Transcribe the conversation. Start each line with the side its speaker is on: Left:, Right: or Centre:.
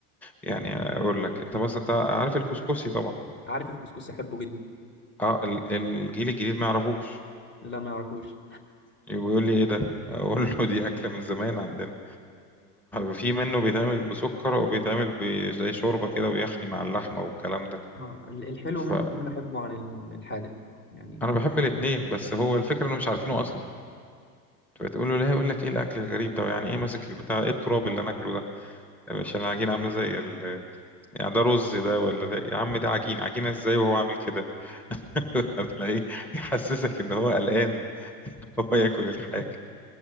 Centre: يعني اقول لك انت بس انت عارف الكسكسي طبعا
Left: عارف الكسكس احبه جدا
Centre: اه ال- الجيل الجديد ما يعرفوش
Left: لا ما يعرفوش
Centre: يقول لي ايه ده اقول له دي اكلة من زمان عندنا في منه بيتعمل بسكر وبيتعمل ب- زي شوربة كده ويخني مع اللحمة والكلام ده
Left: اه ال- الحلو
Centre: فانا
Left: منه كمان احبه عن ال- الحادق يعني
Centre: بحب الاتنين بس هو الفكرة انه مش عارفينه اصلا فتقول له لا يقول لك ايه الاكل الغريب ده يعني ايه ماسك البتاع ايه التراب اللي انا اكله ده مش العجينة عاملة زي ال يعني ده رز ده ولا ده يا عم ده عجين عجينة ازاي وهو عامل كده <laughs> تلاقيه يحسسك ان هو قلقان <laughs> ان هو ياكل الحاجة
Left: <laughs>